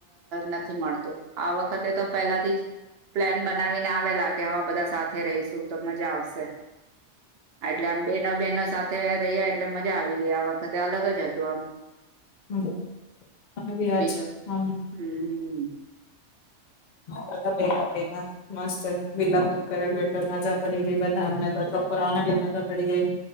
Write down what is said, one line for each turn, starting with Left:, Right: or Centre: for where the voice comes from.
Right: નથી મળતું આ વખતે તો પેલાથી જ પ્લાન બનાવીને આવેલા કે હ બધા સાથે રહીશું તો મજા આવશે એટલે આમ બેનો બહેનો સાથે તે એટલે મજા આવી ગઈ આ વખતે અલગ જ હતું આમ.
Left: હમ ત બી આજ
Right: બીજું
Left: હા. હમ.
Right: હમ
Left: બધા ભેગા ભેગા મસ્ત વિલા બુક કરેલું એટલે મજા પડી ગઈ બધા અમને તો ચોપરાઓને બી મજા પડી ગઈ.